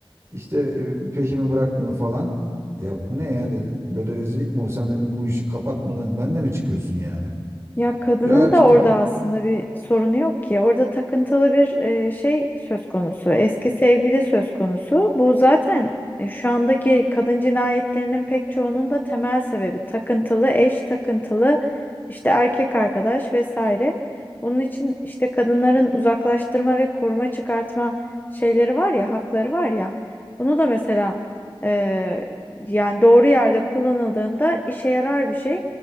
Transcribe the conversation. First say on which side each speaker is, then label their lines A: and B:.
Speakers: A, on the right; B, on the left.
A: işte e, peşimi bırakmıyor falan. Ya bu ne ya dedim. Böyle rezillik mi olur? Sen dedim bu işi kapatmadan ben de mi çıkıyorsun yani?
B: Ya kadının
A: Ya işte
B: da orada aslında bir sorunu yok ki. Orada takıntılı bir e, şey söz konusu. Eski sevgili söz konusu. Bu zaten e, şu andaki kadın cinayetlerinin pek çoğunun da temel sebebi takıntılı eş, takıntılı işte erkek arkadaş vesaire. Bunun için işte kadınların uzaklaştırma ve koruma çıkartma şeyleri var ya, hakları var ya. Bunu da mesela e, yani doğru yerde kullanıldığında işe yarar bir şey.